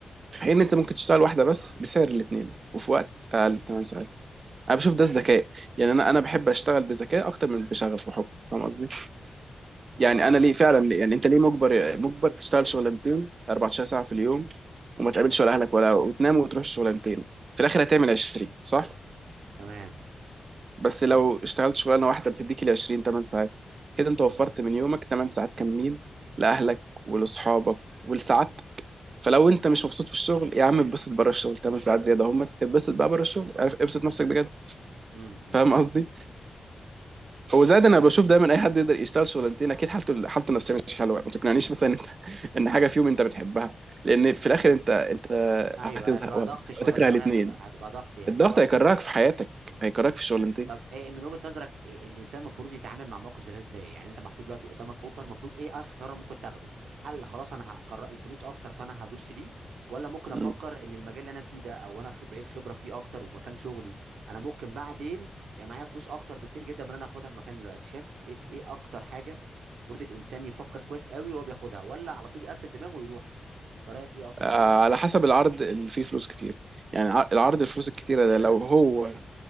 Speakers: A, on the right; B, on the right.
A: في حين إن انت ممكن تشتغل واحده بس بسعر الاثنين وفي وقت اقل 8 ساعات انا بشوف ده الذكاء يعني انا انا بحب اشتغل بذكاء اكتر من بشغف وحب فاهم قصدي يعني
B: اه اه
A: انا ليه فعلا ليه؟ يعني انت ليه مجبر مجبر تشتغل شغلانتين 14 ساعه في اليوم وما تقابلش ولا اهلك ولا وتنام وتروح الشغلانتين في الاخر هتعمل 20 صح
B: تمام
A: بس لو اشتغلت شغلانه واحده بتديك ال 20 8 ساعات كده انت
B: امم
A: وفرت من يومك 8 ساعات كاملين لاهلك ولاصحابك ولسعادتك فلو انت مش مبسوط في الشغل يا عم اتبسط بره الشغل 8 ساعات زياده اهمت اتبسط بقى بره الشغل عارف ابسط نفسك بجد
B: امم
A: فاهم قصدي هو زاد انا بشوف دايما اي حد يقدر يشتغل شغلانتين اكيد حالته حالته النفسيه مش حلوه ما تقنعنيش مثلا إنت- ان حاجه فيهم انت بتحبها لان في الاخر انت انت
B: ايوه
A: هتزهق
B: هتبقى
A: وهت-
B: ضغط شويه
A: وهتكره
B: توس
A: الاثنين
B: انها هتبقى هتبقى ضغط يعني
A: الضغط هيكرهك في حياتك هيكرهك في الشغلانتين
B: طب ايه من وجهة نظرك إيه الانسان المفروض يتعامل مع موقف زي ده ازاي يعني انت محطوط دلوقتي قدامك اوفر المفروض ايه اذكى قرار ممكن تاخده هل خلاص انا هقرر الفلوس اكتر فانا هدوس في دي ولا ممكن افكر
A: مم.
B: ان المجال اللي انا فيه ده او انا خ- بقيت خبرة فيه اكتر ومكان شغلي انا ممكن بعدين يعني معايا فلوس اكتر بكتير جدا من اللي انا هاخدها في مكان دلوقتي شايف ايه إيه اكتر حاجة المفروض الانسان يفكر كويس قوي وهو بياخدها ولا على طول يقفل دماغه ويروح ده رايك ايه اكتر
A: آه،
B: حاجة زي كده
A: على حسب العرض اللي فيه فلوس كتير يعني ع- العرض الفلوس الكتيره ده لو هو